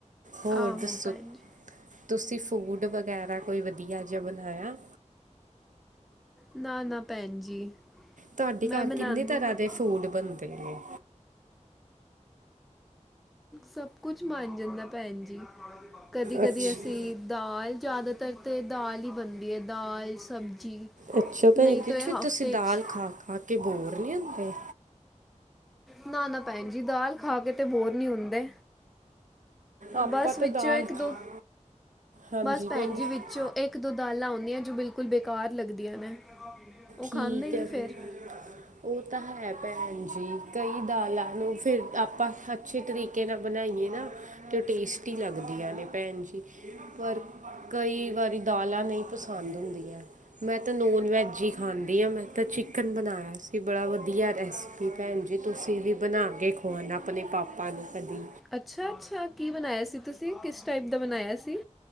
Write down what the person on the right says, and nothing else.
ਹੋਰ
ਦੱਸੋ,
ਤੁਸੀਂ ਫੂਡ ਵਗੈਰਾ, ਕੋਈ ਵਧੀਆ ਜਿਹਾ ਬਣਾਇਆ?
ਤੁਹਾਡੇ
ਘਰ,
ਕਿੰਨੇ ਤਰ੍ਹਾਂ
ਦੇ ਫੂਡ ਬਣਦੇ ਨੇ?
ਅੱਛਾ
ਅੱਛਾ ਭੈਣ
ਜੀ,
ਫਿਰ
ਤੁਸੀਂ ਦਾਲ
ਖਾ-ਖਾ ਕੇ ਬੋਰ ਨਈ ਹੁੰਦੇ?
ਆਪਾਂ
ਤਾਂ
ਦਾਲ
ਖਾ
ਹਾਂਜੀ
ਜੀ
ਠੀਕ
ਹੈ
<unintelligible> <inaudible> ਉਹ ਤਾਂ ਹੈ ਭੈਣ ਜੀ, ਕਈ ਦਾਲਾਂ ਨੂੰ ਫਿਰ ਆਪਾਂ ਅੱਛੇ ਤਰੀਕੇ, ਨਾਲ ਬਣਾਈਏ ਨਾ ਤੇ ਟੇਸਟੀ ਲੱਗਦੀਆਂ ਨੇ, ਭੈਣ ਜੀ, ਪਰ ਕਈ ਵਾਰੀ, ਦਾਲਾਂ ਨਹੀਂ ਪਸੰਦ ਹੁੰਦੀਆਂ ਮੈਂ ਤਾਂ, ਨੋਨ -ਵੈੱਜ ਹੀ ਖਾਂਦੀ ਹਾਂ। ਮੈਂ ਤਾਂ ਚਿਕਨ ਬਣਾਇਆ ਸੀ, ਬੜਾ ਵਧੀਆ ਰੈਸ ਤੇ ਭੈਣ ਜੀ, ਤੁਸੀਂ ਵੀ ਬਣਾ ਕੇ ਖਵਾਣਾ ਆਪਣੇ ਪਾਪਾ ਨੂੰ ਕਦੀ